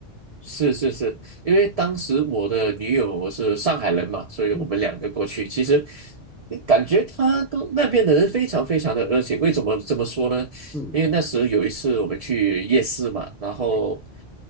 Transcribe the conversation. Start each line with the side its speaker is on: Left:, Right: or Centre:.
Right: 是是是，因为当时我的女友我是上海人嘛，所以我们两个过去，
Centre: 嗯
Right: 其实感觉他都那边的人非常非常的热情。为什么这么说呢？
Centre: 嗯，
Right: 因为那时候有一次我们去夜市嘛，然后
Centre: 对。